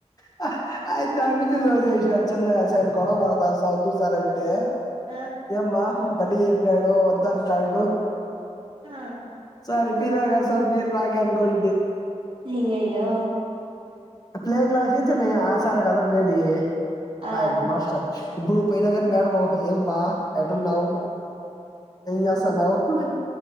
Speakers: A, on the left; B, on the right.
A: ఆ అయన్ నా మీద రివర్స చేషడు చిన్నగా సార్ గొడవ పడతారు సార్ వద్దు సార్ అంటే.
B: ఆ
A: ఏమ్మా మని చెప్పినాడు వద్దంటున్నాడు.
B: ఆ
A: సార్ ఇపిదాక సార్. మీర్ నాకనుకొని తేచ్.
B: అయ్యయ్యో
A: ప్లే క్లాస్ నుచ్చి నే ఆ సారే కదా ఉండేది
B: ఆ
A: మా హెడ్ మాస్టర్. ఇప్పుడు పోయినా గానీ మేడము ఏం పా ఎటున్నావు ఏం చేస్తునావ్. కుష్.